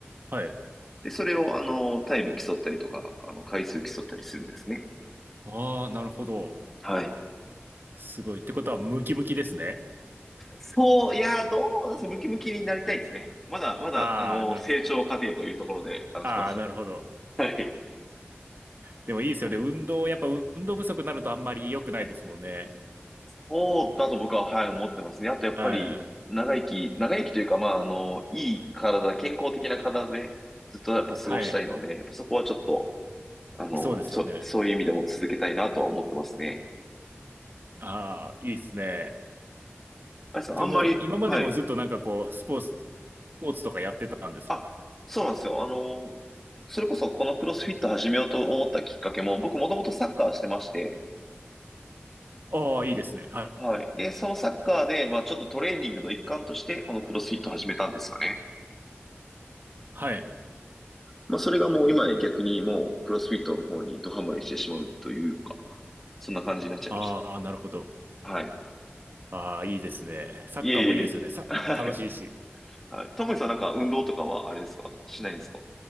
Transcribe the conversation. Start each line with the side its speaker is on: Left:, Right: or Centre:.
Right: はい。
Centre: で、それをあの、タイム競ったりとか、あの、回数競ったりするんですね。
Right: ああ、なるほど。
Centre: はい。
Right: すごい。ってことは、ムキムキですね。
Centre: そう、いやー、どうなんですかねムキムキになりたいですね。まだ、まだ、
Right: ああ、
Centre: あの、
Right: なる、
Centre: 成長過程というところで、あの、
Right: ああ、
Centre: <laughs>
Right: なるほど。
Centre: はい。
Right: でもいいですよね。
Centre: そう
Right: 運動、やっぱ運動不足になるとあんまり良くないですもんね。
Centre: そうだと僕は、はい、思ってますね。あと、やっぱり、
Right: はい。
Centre: 長生き、長生きというか、まあ、あの、いい体、健康的な体で、ずっとやっぱ過ごしたいので、
Right: はい。
Centre: やっぱそこはちょっと、あの、
Right: そうですよね。
Centre: そ、そういう意味でも続けたいなとは思ってますね。
Right: ああ、いいですね。
Centre: あれさん、
Right: じゃあもう今までもずっとなんかこう、
Centre: あんまり、はい。
Right: スポーツ、スポーツとかやってたんですか
Centre: あ、そうなんですよ。あの、それこそこのクロスフィット始めようと思ったきっかけも、僕もともとサッカーしてまして、
Right: ああ、いいですね。はい。
Centre: はい。で、そのサッカーで、まあ、ちょっとトレーニングの一環として、このクロスフィットを始めたんですよね。
Right: はい。
Centre: まあ、それがもう今や逆にもう、クロスフィットの方にドハマりしてしまうというか、そんな感じになっちゃいました。
Right: ああ、なるほど。
Centre: はい。
Right: ああ、いいですね。サッカーもいいですよね。
Centre: いえいえいえ。
Right: さ、
Centre: <laughs> はい。
Right: 楽しいし。
Centre: はい。トムさんなんか運動とかはあれですかしないんですか